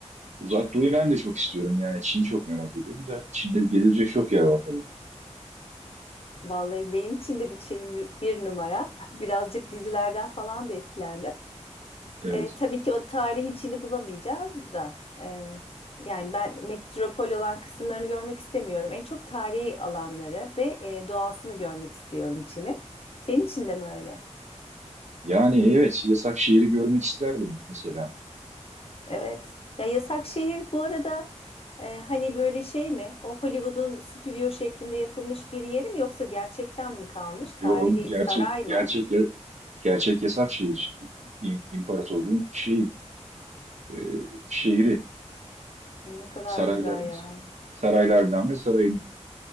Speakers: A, on the right; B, on the left.
A: Uzak Doğu'yu ben de çok istiyorum yani Çin'i çok merak ediyorum da Çin'de gezilecek çok yer var tabii.
B: Vallahi benim için de bir Çin bir bir numara. <laughs> Birazcık dizilerden falan da etkilendim.
A: Evet.
B: E, tabii ki o tarihi içini bulamayacağız da. e, yani ben metropol olan kısımlarını görmek istemiyorum. En çok tarihi alanları ve e, doğasını görmek istiyorum Çin'in. Senin için de mi öyle?
A: Yani evet yasak şehri görmek isterdim mesela.
B: Evet. Ya yasak şehir bu arada e, hani böyle şey mi? O Hollywood'un stüdyo şeklinde yapılmış bir yeri mi yoksa gerçekten mi kalmış? Tarihi
A: Yo, gerçek
B: saray mı?
A: gerçek gerçek yasak şehir İm- imparatorluğun şey e, şehri
B: Ne kadar
A: sarayların
B: güzel ya.
A: saraylardan ve sarayın